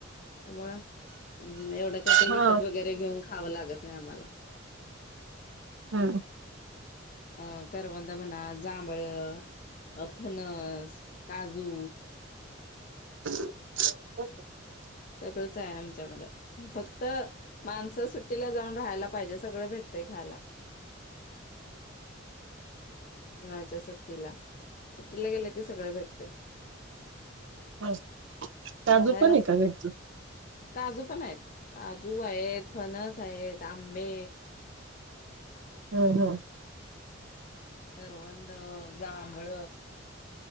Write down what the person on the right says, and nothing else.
हा
हं.
<inaudible>
हं साजूक
पन
हाय काय घरच? <unintelligible>
हं हं...